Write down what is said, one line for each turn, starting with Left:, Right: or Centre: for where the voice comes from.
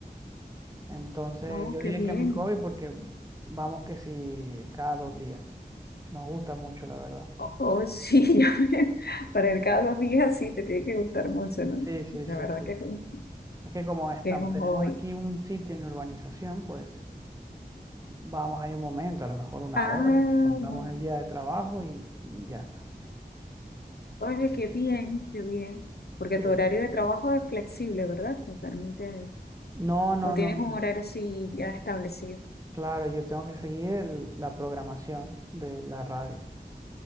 Right: Entonces,
Left: Oh,
Right: yo
Left: qué
Right: diría
Left: bien.
Right: que es mi hobby porque vamos que sí cada dos días. Nos gusta mucho, la verdad.
Left: Oh, oh, sí, <laughs> ya ven, para ir cada dos días sí te tiene que gustar mucho, ¿no?
Right: Sí, sí,
Left: La
Right: sí,
Left: verdad
Right: sí.
Left: que es un,
Right: Es que como estamos,
Left: que es un
Right: tenemos
Left: hobby.
Right: aquí un sitio en la urbanización, pues vamos ahí un momento, a lo mejor una
Left: Ah,
Right: hora, nos contamos
Left: muy.
Right: el día de trabajo y, y ya está.
Left: Oye, qué bien, qué bien. Porque
Right: Sí.
Left: tu horario de trabajo es flexible, ¿verdad? Te permite,
Right: No, no,
Left: o tienes
Right: no.
Left: un
Right: me-
Left: horario así ya establecido.
Right: Claro, yo tengo que seguir el- la programación de la radio.